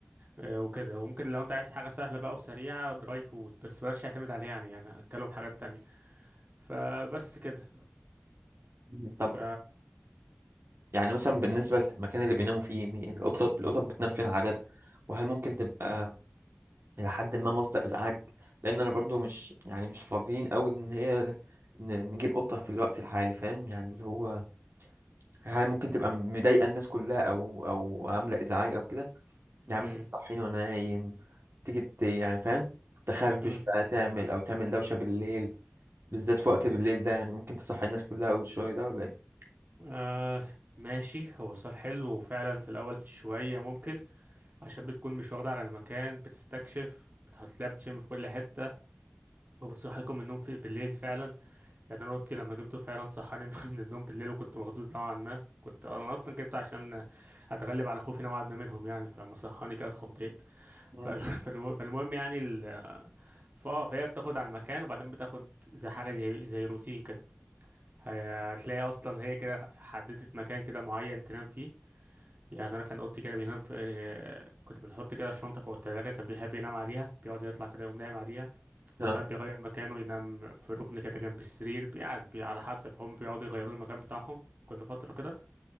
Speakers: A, on the right; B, on the right.
A: آه، وكده وممكن لو انت عايز حاجة سهلة بقى وسريعة دراي فود بس بلاش تعتمد عليه يعني يعني اتكلم حاجات تانية فبس كده
B: مم. طب
A: ف
B: يعني مثلا بالنسبه للمكان اللي بيناموا فيه مي- القطه القطط بتنام فين عاده وهل ممكن تبقى الى حد ما مصدر ازعاج لان انا برضو مش يعني مش فاضيين قوي ان هي ن- نجيب قطه في الوقت الحالي فاهم يعني اللي هو هل ممكن تبقى مضايقه الناس كلها او او عامله ازعاج او كده يعني
A: مم.
B: مثلا تصحيني وانا نايم تيجي ت- يعني فاهم تخربش
A: مم.
B: بقى تعمل او تعمل دوشه بالليل بالذات في وقت بالليل ده يعني ممكن تصحي الناس كلها والشغل ده ولا ايه
A: آه ماشي هو سؤال حلو وفعلا في الأول شوية ممكن عشان بتكون مش واخدة على المكان بتستكشف هتلاقي بتشم في كل حتة وبتصحيكم من النوم في بالليل فعلا يعني أنا أوضتي لما جبته فعلا صحاني <laughs> من النوم بالليل وكنت مخضوض نوعا ما كنت أنا أصلا جبته عشان أتغلب على خوفي نوعا ما منهم يعني فلما صحاني كده اتخضيت
B: مم.
A: فال- <laughs> فالم- فالمهم يعني ال... فاه فهي بتاخد على المكان وبعدين بتاخد زي حاجه زي زي روتين كده هي- هتلاقي اصلا هي كده حددت مكان كده معين تنام فيه يعني انا كان اوضتي كده بينام في... آه، كنا بنحط كده الشنطه فوق التلاجه كان بيحب ينام عليها بيقعد يطلع كده يقوم نايم عليها وساعات
B: اه
A: بيغير مكانه ينام في ركن كده جنب السرير يعني بي... على حسب هم بيقعدوا يغيروا المكان بتاعهم كل فتره كده